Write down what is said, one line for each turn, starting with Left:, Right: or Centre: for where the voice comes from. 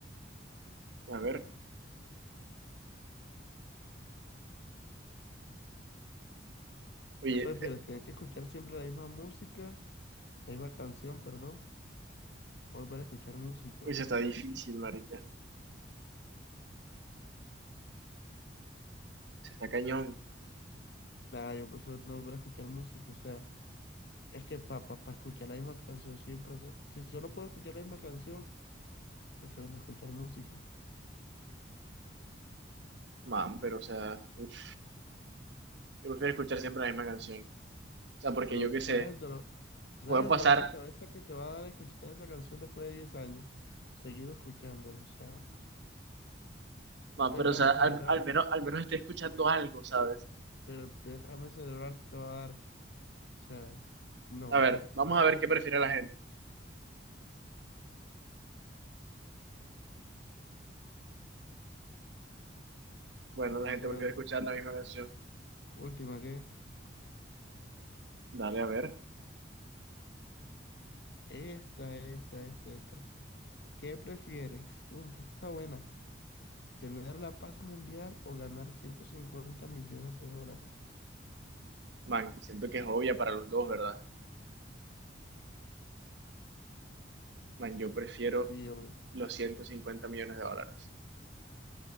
Right: A ver, oye,
Left: ¿Qué prefieres?
Right: eh,
Left: ¿Tener que escuchar siempre la misma música, la misma canción, perdón? Volver a escuchar música.
Right: oye,
Left: Uh,
Right: se está difícil, marica. Se está cañón,
Left: Nada, yo prefiero no volver a escuchar música. O sea, es que para escuchar la misma canción siempre, o sea, si solo puedo escuchar la misma canción, prefiero no escuchar música.
Right: man, pero o sea, uf, yo prefiero escuchar siempre la misma canción. O sea, porque
Left: Pero
Right: yo
Left: tú
Right: qué
Left: sabes
Right: sé,
Left: el dolor, tú
Right: puedo
Left: sabes
Right: pasar,
Left: el dolor de cabeza que te va a dar escuchar esa canción después de 10 años, seguido escuchándolo. O sea, un
Right: man,
Left: derrame
Right: pero o sea, al,
Left: cerebral,
Right: al menos, al menos estoy escuchando algo, ¿sabes?
Left: pero derrame cerebral te va a dar. O sea, no,
Right: A
Left: marica,
Right: ver, vamos
Left: eso es imposible.
Right: a ver qué prefiere la gente. Bueno, la
Left: Enterrar.
Right: gente prefiere escuchar la misma canción.
Left: Última, ¿qué?
Right: Dale, a ver.
Left: Esta, esta, esta, esta. ¿Qué prefieres? Uh, esta está buena. ¿Tener la paz mundial o ganar 150 millones de dólares?
Right: Man, siento que es obvia para los dos, ¿verdad? Man, yo prefiero
Left: Sí, obvio.
Right: los 150 millones de dólares.